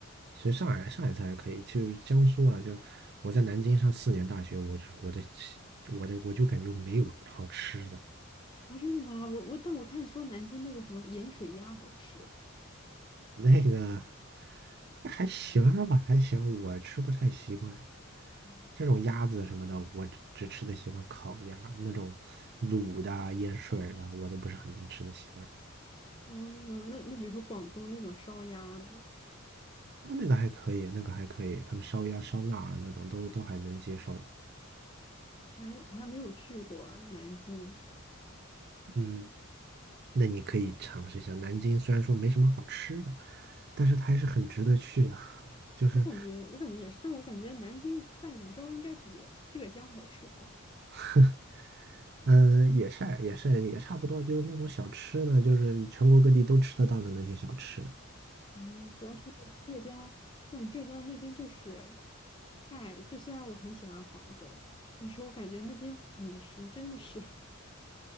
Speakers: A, on the right; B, on the left.
A: 其实上海上海菜还可以，其实江苏啊，就我在南京上四年大学，我就我的我的我就感觉没有好吃的，
B: 啊，真的吗？我我，但我看说南京那个什么盐水鸭好吃。
A: 那个还行儿吧，还行，我吃不太习惯。
B: 嗯，
A: 这种鸭子什么的，我只只吃得习惯烤鸭，那种卤的啊、腌水儿的啊，我都不是很能吃得习惯。
B: 哦，那那比如说广东那种烧鸭呢，
A: 啊，那个还可以，那个还可以，他们烧鸭、烧腊啊那种都都还能接受。
B: 我还我还没有去过南京，
A: 嗯，那你可以尝试一下南京，虽然说没什么好吃的，但是它还是很值得去的。就是，
B: 我感觉我感觉也是，但我感觉南京再怎么着应该比浙江好吃吧。
A: <laughs> 嗯，也是也是也差不多，就是那种小吃呢，就是全国各地都吃得到的那些小吃，
B: 嗯，主要是浙江，我感觉浙江那边就是太，就虽然我很喜欢杭州，但是我感觉那边饮食真的是 <laughs>